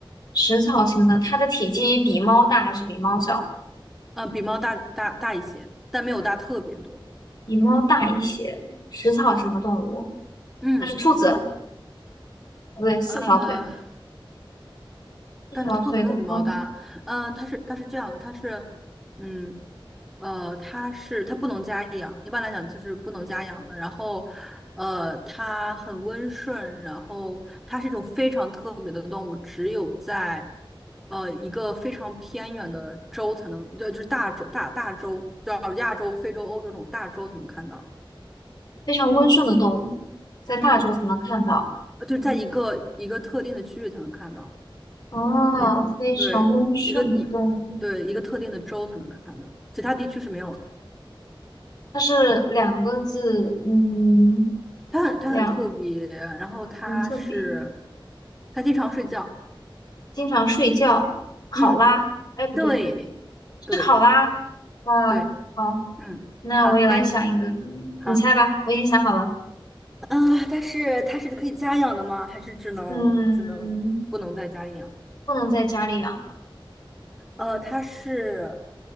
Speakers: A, on the left (about 50°); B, in the centre.
A: 食草型的，它的体积比猫大还是比猫小？
B: 嗯、比猫大大大一些，但没有大特别多，
A: 比猫大一些，食草型的动物，
B: 嗯嗯，
A: 它是兔子，不对，四条腿，
B: 呃，
A: 一条腿的话，
B: 但是兔子没有比猫大，嗯、它是它是这样的，它是，嗯。呃，它是它不能家养，一般来讲就是不能家养的。然后，呃，它很温顺，然后它是一种非常特别的动物，只有在呃一个非常偏远的州才能，就就是大洲大大洲，叫亚洲、非洲、欧洲这种大洲才能看到。
A: 非常温顺的动物，在大洲才能看到。
B: 嗯，呃就在一个一个特定的区域才能看到。
A: 嗯，哦，
B: 嗯，
A: 非常温顺的动物，
B: 对，一个一对一个特定的州才能看到，其他地区是没有的。
A: 它是两个字，嗯，
B: 它很它很特别，
A: 两，
B: 然后它是
A: 嗯，字边，
B: 它经常睡觉，
A: 经常睡觉，考拉，
B: 嗯，
A: 哎，不对，
B: 对对
A: 是考拉，哇，
B: 对，
A: 好，
B: 嗯，
A: 那我也来想一个，
B: 好，该你，好
A: 你猜吧，我已经想好了，
B: 啊，它是它是可以家养的吗？还是只能只能不能在家里养，
A: 嗯，不能在家里养。
B: 呃，它是